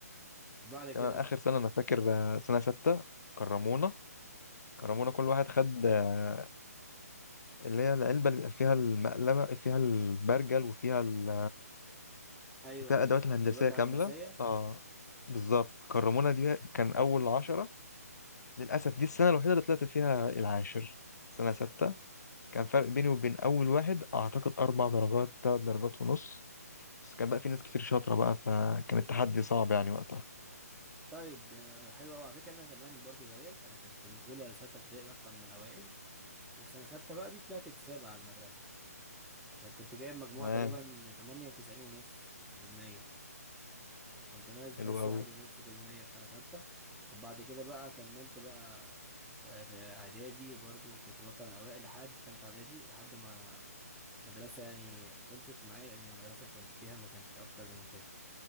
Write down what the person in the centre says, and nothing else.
وبعد كده
بقى
ايوه
ايوه
ادوات هندسية
طيب آه، حلو قوي على فكره انا كمان برضو زيك انا كنت من اولى لسته ابتدائي بطلع من الاوائل وسنه سته بقى دي طلعت السابع على المدرسه عشان كنت جايب مجموعه
تقريبا 98 ونص في المية كنت ناقص
بس
واحد ونص في المية في سنه سته وبعد كده بقى كملت بقى آه، في اعدادي برضو كنت بطلع من الاوائل لحد تالتة اعدادي لحد ما مدرسة يعني خلصت معايا لأن المدرسة اللي كنت فيها ما كانش أكتر من كده